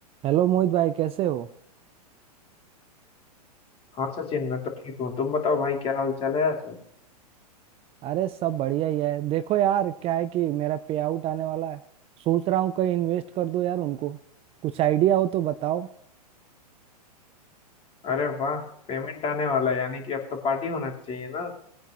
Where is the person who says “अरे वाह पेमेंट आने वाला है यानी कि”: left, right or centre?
Left